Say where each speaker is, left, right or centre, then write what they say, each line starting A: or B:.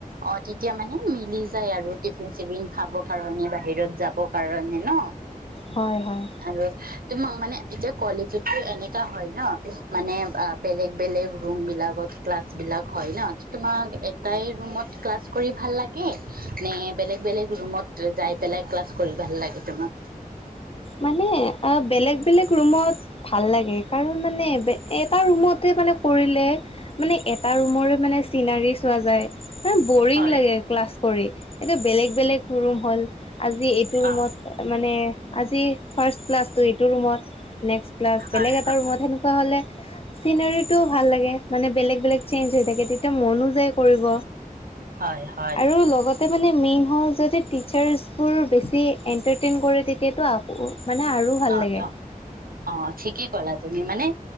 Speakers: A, on the right; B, on the left.
A: অ তেতিয়া মানে মিলি যায় আৰু টিফিন চিফিন খাব কাৰণে বাহিৰত যাব কাৰণে ন।
B: হয় হয়।
A: আৰু তোমাক মানে এতিয়া। কলেজতো এনেক। হয় ন মানে বেলেগ বেলেগ ৰুম বিলাকত ক্লাছ বিলাক হয় ন তোমাক এটাই ৰুমত ক্লাছ কৰি ভাল লাগে নে বেলেগ বেলেগ ৰুমত যাই পেলাই ক্লাছ কৰি ভাল লাগে তোমাক।
B: মানে বেলেগ বেলেগ ৰুমত। ভাল লাগে কাৰণ মানে এটা ৰুমতে মানে। কৰিলে মানে এটা ৰুমৰে মানে চিনাৰী চোৱা যায়। এ বৰিং
A: হয়
B: লাগে ক্লাছ। কৰে এতিয়া বেলেগ বেলেগ ৰুম হ'ল। আজি এইটো ৰুমত
A: অ
B: মানে আজি ফাৰ্ষ্ট ক্লাছটো এইটো ৰুমত। নে্সট ক্লা
A: হয়
B: বেলেগ এটা ৰুমত সেনেকুৱা হ'লে চিনেৰিতটোও ভাল লাগে মানে বেলেগ বেলেগ চেঞ্জ হৈ থাকে তেতিয়া মনো যায় কৰিব
A: হয় হয় হয়
B: আৰু লগতে মানে মেইন হ'ল যদি টিচাৰছবোৰ বেছি এণ্টাৰটেইন কৰে তেতিয়া তো আকৌ মানে আৰু ভাল
A: অ
B: লাগে।
A: অ অ ঠিকেই কলা যিমানে